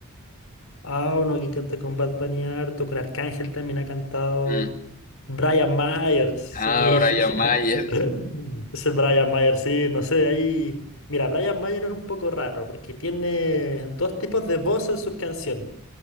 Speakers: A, on the left; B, on the left.
A: Ah, uno que canta con Bad Bunny harto, con Arcángel también ha cantado.
B: Mm.
A: Brian Myers, sí.
B: Ah, Brian Mayer.
A: <laughs> Ese Brian Myers, sí, no sé, ahí. Mira, Brian Myers es un poco raro porque tiene dos tipos de voz en sus canciones.